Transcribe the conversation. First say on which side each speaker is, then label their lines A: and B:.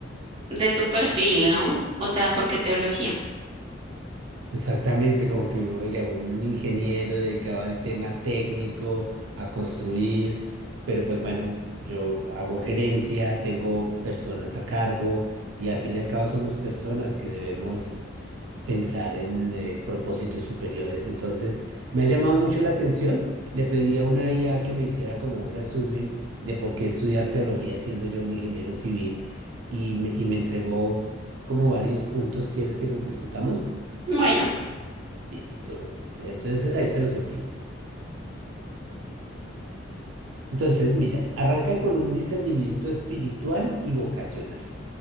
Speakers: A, on the right (about 25°); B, on the right (about 80°).
A: de tu perfil, ¿no? O sea, porque teología.
B: Exactamente, como que oiga, un ingeniero dedicado al tema técnico, a construir, pero pues bueno, yo hago gerencia, tengo personas a cargo y al fin y al cabo somos personas que debemos pensar en eh, propósitos superiores. Entonces, me ha llamado mucho la atención. Le pedí a una IA que me hiciera como un resumen de por qué estudiar teología siendo yo un ingeniero civil y, me- y me entregó como varios puntos. ¿Quieres que los discutamos?
A: Bueno,
B: Listo. Entonces ahí te los envío. Entonces, mira, arranca con un discernimiento espiritual y vocacional.